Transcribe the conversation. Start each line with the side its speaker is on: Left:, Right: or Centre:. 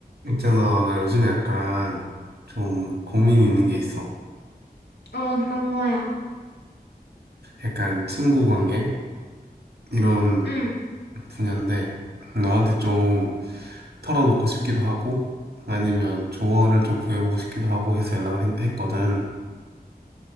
Right: 있잖아, 나 요즘에 약간 좀 고민이 있는 게 있어.
Left: 어, 어떤 거야?
Right: 약간 친구 관계? 이런
Left: 응,
Right: 분야인데, 너한테 좀 털어놓고 싶기도 하고, 아니면 조언을 좀 구해보고 싶기도 하고 해서 연락을 했, 했거든.